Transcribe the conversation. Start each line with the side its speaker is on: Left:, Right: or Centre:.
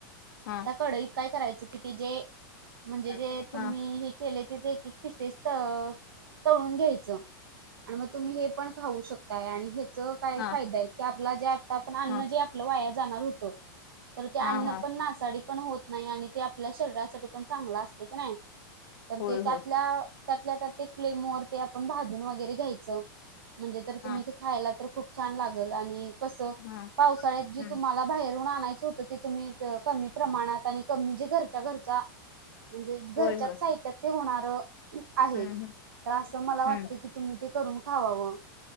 Left: हा
Right: त्या कढईत काय करायचं की ती जे म्हणजे
Left: हा
Right: जे तुम्ही
Left: हा
Right: हे केले ते ते एक एक पिसेस तळून घ्यायचं आणि मग तुम्ही हे पण खाऊ शकताय आणि ह्याच काय
Left: हा
Right: फायदा आहे की आपला जे आता आपण अन्न
Left: हा
Right: जे जे आपला अन्न वाया जाणार हुतं ते
Left: हा
Right: अन्न
Left: हा
Right: पण नासाडी पण होत नाही आणि ते आपल्या शरीरासाठी पण चांगला असते की नाही तर
Left: होय
Right: ते त्यातल्या
Left: होय
Right: त्यातल्या त्यात ते फ्लेम वर ते आपण भाजून वगैरे घ्यायचं म्हणजे तर
Left: हा
Right: तुम्ही ते खायला तर खूप छान लागंल आणि कसं
Left: हा
Right: पावसाळ्यात
Left: हम्म
Right: जे तुम्हाला बाहेरहून आणायचं होतं ते तुम्ही कमी प्रमाणात आणि कमी जे घरच्या घरच्या म्हणजे घरच्याच
Left: होय होय
Right: साहित्यात ते होणारं आहे
Left: हम्म
Right: तर असं मला
Left: हम्म
Right: वाटते
Left: हम्म
Right: की तुम्ही ते करून खावावं